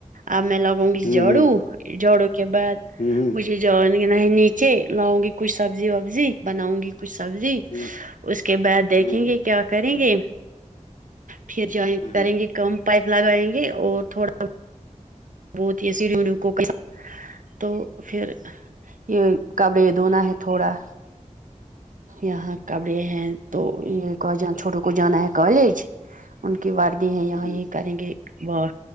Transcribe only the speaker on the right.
اب میں لوگ گ
جڑو جڑو کے بعد
مجھے جون گ نا ہے نیچے لاؤں گی کچھ سبزی وبزی بناؤں گی کچھ سبزی
اس کے بعد دیکھیں
گے کیا کریں گے پھر جوائن
کریں گے کم پائپ لگائیں گے اور تھوڑا وہ اسی ریوڈو کو <unintelligible> تو پھر یہ کپڑے یہ دنا ہے تھوڑا یہاں کبرے ہے تو یہ کہ ج چھوٹوں کو جانا ہے کالج ان کی ووردی ہے یہاں
یہ کریں گے وہ